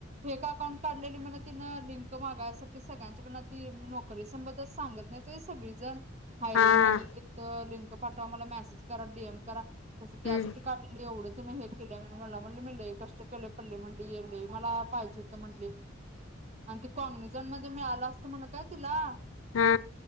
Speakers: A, on the right (about 35°); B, on the left (about 80°).
A: फेक अकाउंट काढलेली म्हण तिन लिंक मागायासाठी सगळ्यांच्याकड ती, तरी संबंदच सांगत नाहीत होय सगळी जण. फायलिंग
B: हा हा
A: लागलं इथं लिंक प पाठवा मला. मेसेज करा. डी एम करा. तसं त्यासाठी
B: हम्म
A: काढलंय एवढं. तीन हे केलीया म्हण, मला म्हणली मि लय कष्ट केल्यात पल्ले म्हटली, एम बी ए मला पाहिजे होत म्हटली आणि ती कोंगणजण मध्ये मिळाला असतं म्हण काय. तिला
B: हु.